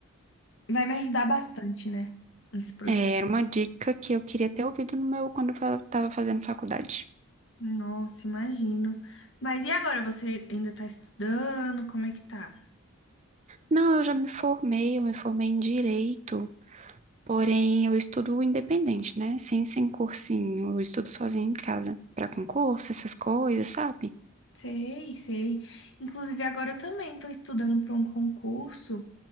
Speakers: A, on the left; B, on the right.
A: Vai me ajudar bastante, né? Esse processo.
B: é, era uma dica que eu queria ter ouvido no meu quando eu estava fazendo faculdade.
A: Nossa, imagino. Mas e agora? Você ainda tá estudando? Como é que tá?
B: Não, eu já me formei, eu me formei em direito, porém eu estudo independente, né? Sem, sem cursinho, eu estudo sozinha em casa, para concurso, essas coisas, sabe?
A: Sei, sei. Inclusive, agora eu também tô estudando para um concurso.